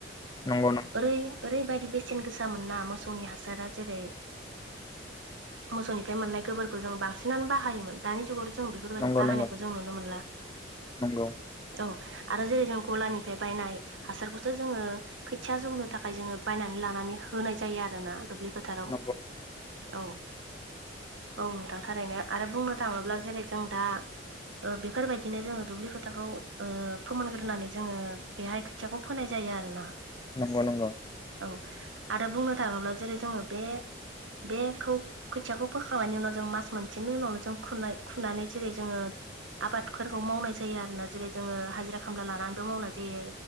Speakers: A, on the left; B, on the right.
A: नंगौ नोंथां नंगौ
B: ओरै ओरैबायदि बेसेन गोसा मोनना मोसौनि हासारा जेरै मोसौनिफ्राय मोननाय गोबोरखौ जों बांसिनानो बाहायोमोन दानि जुगावथ' जों बेफोरबायदि
A: नंगौ
B: बाहायानायखौ
A: नंगौ
B: जों नुनो मोनला
A: नंगौ
B: औ आरो जेरै जों गलानिफ्राय बायनाय हासारखौसो जोङो खोथिया जौनो थाखाय जोङो बायनानै लानानै होनाय जायो आरोना दुब्लि फोथाराव
A: नंगौ
B: औ औ नोंथां थारैनो आरो बुंनो थाङोब्ला जेरै जों दा ओ बेफोरबायदिनो जोङो दुब्लि फोथारखौ ओ फोमोनग्रोनानै जोङो बेहाय खोथियाखौ फोनाय जा यो आरो ना
A: नंगौ-नंगौ
B: आरो बुंनो थाङोब्ला जेरै जोङो बे बेखौ खोथियाखौ फोखांनायनि उनाव जों मास मोनसेनि उनावनो जों खुनाय-खुनानै जेरै जोङो आबादफोरखौ मावनाय जायो आरोना जेरै जोङो हाजिरा खामला लानानैबो मावनाय जायो